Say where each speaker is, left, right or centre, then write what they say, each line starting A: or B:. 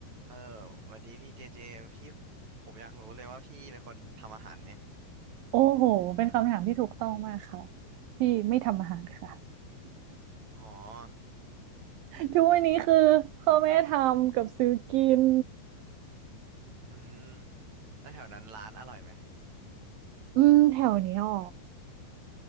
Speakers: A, on the right (about 45°); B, on the right (about 80°).
A: เออสวันนี้พี่เจเจพี่ผมอยากรู้เลยว่าพี่เป็นคนทำอาหารไหม
B: โอ้โห เป็นคำถามที่ถูกต้องมากค่ะพี่ไม่ทำอาหารค่ะ
A: อ๋อ
B: <laughs> ทุกวันนี้คือพ่อแม่ทำกับซื้อกิน
A: อืมแล้วแถวนั้นร้านอร่อยไหม
B: อืมแถวนี้อ๋อ